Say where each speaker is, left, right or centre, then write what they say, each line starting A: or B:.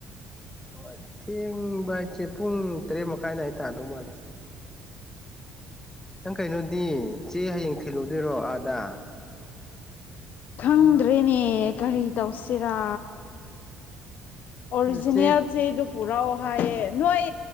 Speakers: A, on the left; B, on the left.
A: ꯍꯣꯏ ꯊꯦꯡꯕ ꯍꯥꯏꯁꯦ ꯄꯨꯡ ꯇꯔꯦꯠ ꯃꯈꯥꯏꯅ ꯑꯩ ꯇꯥꯗꯧ ꯃꯥꯜꯂꯦ ꯅꯪ ꯀꯩꯅꯣꯗꯤ ꯆꯦ ꯍꯌꯦꯡ ꯊꯤꯜꯂꯨꯗꯣꯏꯔꯣ ꯗꯥ
B: ꯈꯪꯗ꯭ꯔꯦꯅꯦ ꯀꯔꯤ ꯇꯧꯁꯤꯔꯥ ꯑꯣꯔꯤꯖꯤꯅꯦꯜ
A: ꯅꯆꯦ
B: ꯆꯦꯗꫭ ꯄꯨꯔꯧ ꯐꯌꯦ ꯅꯣꯏ